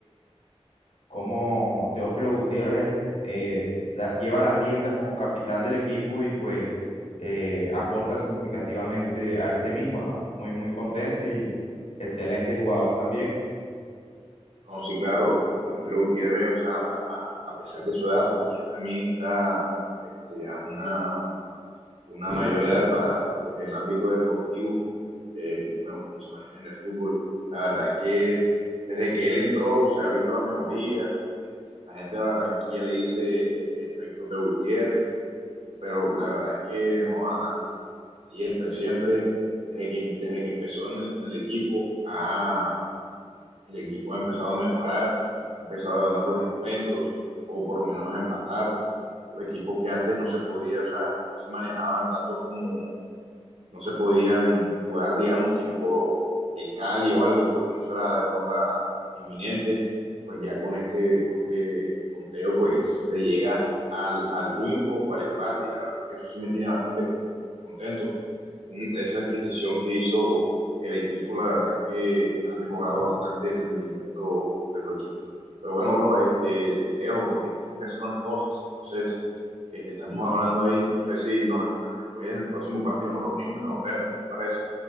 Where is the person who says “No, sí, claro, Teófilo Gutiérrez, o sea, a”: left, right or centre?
Right